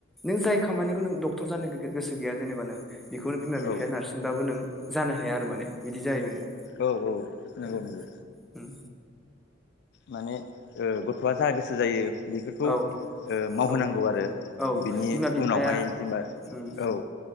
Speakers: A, in the centre; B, on the left.
A: नों जाय खामानिखौ नों डक्टर जानो गोसो गैया जेनेबा नों बेखौनो बिमा
B: औ
A: बिफाया नारसिन बाबो नों जानो हाया आरो माने बिदि जाय माने।
B: औ औ नंगौ
A: उम
B: नंगौ
A: उम
B: माने ओ गथ'आ जा गोसो जायो बेफोरखौ
A: औ
B: ओ मावहोनांगौ
A: औ
B: आरो
A: औ
B: बिनि
A: बिमा बिफाया
B: उनावहाय जेनेबा
A: उम
B: औ